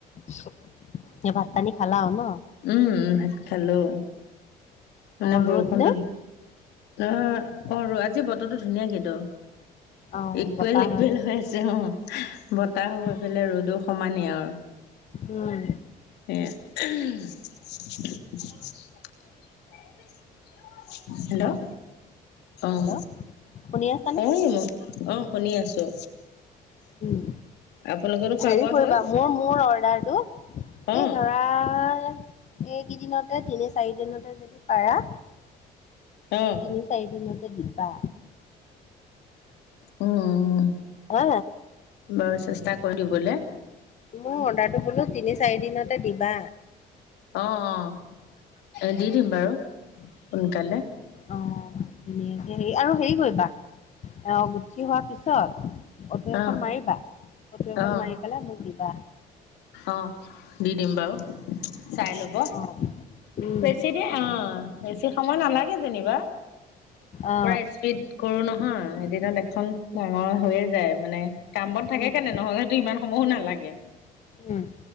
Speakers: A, on the left (about 45°); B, on the left (about 85°).
A: চ, এ ভাত পানী - খালা আও ন?
B: উম উম, ভাত খালো। মানে
A: অঁ
B: বৰষুণটোত
A: ৰ'দ নে?
B: অ অ আজি বতৰটো ধুনীয়া কিন্তু
A: অ
B: ইকুৱেল
A: বতাহ
B: - ইকুৱেল
A: মাৰি আছে
B: হৈ
A: চাগে।
B: আছ ছে অ, বতাহ
A: উম
B: হৈ ফালে ৰ'দো সমানেই আৰু।
A: উম।
B: এহ উহ। <unintelligible>
A: তাৰপিছত
B: হেল্ল'?
A: কোৱা
B: অ'
A: হেল্ল' শুনি আছানে
B: ঔ। অ' শুনি আছো,
A: উম
B: আপোনালোকৰটো খোৱা-বোৱা
A: হেৰি কৰিবা
B: হ'ল।
A: মোৰ -মোৰ অৰ্ডাৰটো এই
B: অ
A: ধৰা এইকেইদিনতে তিনি - চাৰি দিনতে যদি পাৰা
B: অ
A: তিনি - চাৰি দিনতে দিবা।
B: উম উম।
A: হা
B: বাৰু চেষ্টা কৰো দিবলে।
A: মোৰ অৰ্ডাৰটো বোলো তিনি - চাৰি দিনতে দিবা।
B: অ', অ' এ' দি দিম বাৰু সোনকালে।
A: অ' ধুনীয়াকে হে আৰু হেৰি কৰিবা, আহ, গুঠি হোৱাৰ পিছত ফটো এখন
B: অ
A: মাৰিবা, ফটো
B: অ',
A: এখন মাৰি পেলাই মোক দিবা।
B: অ', দি দিম বাৰু চাই ল'ব,
A: অ উম
B: বেছি দিন অ' বেছি সময় নালাগে যেনিবা,
A: অ
B: পোৰা স্পীড কৰো নহয় এদিনত এখন ডাঙৰ হৈয়ে যায়, মানে কাম-বন থাকে
A: উম
B: কেনে তেনেহ'লেটো ইমান সময়ো নালাগে।
A: উম।